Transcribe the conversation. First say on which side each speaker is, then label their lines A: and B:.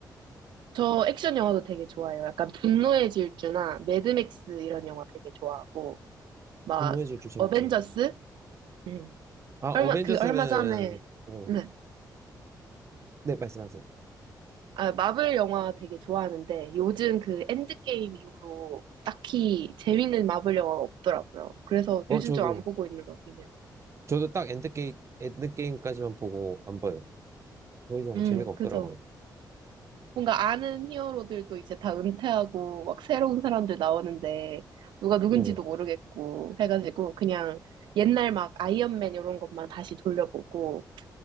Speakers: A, on the right; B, on the right.
A: 저 액션 영화도 되게 좋아해요. 약간 분노의 질주나 매드맥스 이런 영화 되게 좋아하고 막
B: 분노의 질주 재밌죠.
A: 어벤져스? 음.
B: 아, 어벤져스는,
A: 얼마 그 얼마 전에
B: 어,
A: 네.
B: 네, 말씀하세요.
A: 아, 마블 영화 되게 좋아하는데 요즘 그 엔드게임 이후로 딱히 재밌는 마블 영화 없더라고요. 그래서
B: 어,
A: 요즘
B: 저도,
A: 좀 안 보고 있는 것 같긴 해요.
B: 저도 딱 엔드게임, 엔드게임까지만 보고 안 봐요. 더 이상
A: 음,
B: 재미가 없더라고요.
A: 그죠. 뭔가 아는 히어로들도 이제 다 은퇴하고 막 새로운 사람들 나오는데 누가 누군지도
B: 네.
A: 모르겠고 해가지고 그냥 옛날 막 아이언맨 이런 것만 다시 돌려보고